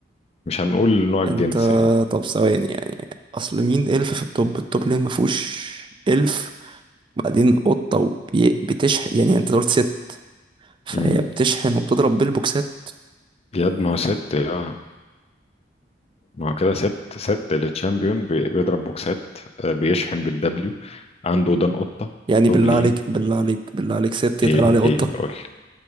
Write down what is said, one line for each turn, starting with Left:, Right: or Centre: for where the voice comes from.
Left: مش هنقول نوع
Right: انت
Left: الجنس يعني
Right: طب ثواني يعني اصل مين إلف في الطب الطب ليه ما فيهوش إلف بعدين قطة وبتشحن يعني انت قلت ست فهي
Left: امم
Right: بتشحن وبتضرب بالبوكسات
Left: يد ما هو ست اه ما هو كده ست ست التشامبيون بي- بيضرب بوكسات آه، بيشحن بالدبليو عنده ودان قطه
Right: يعني
Left: طوب
Right: بالله
Left: لين
Right: عليك بالله عليك بالله عليك ست يتقال
Left: ايه
Right: عليه قطة
Left: ايه قول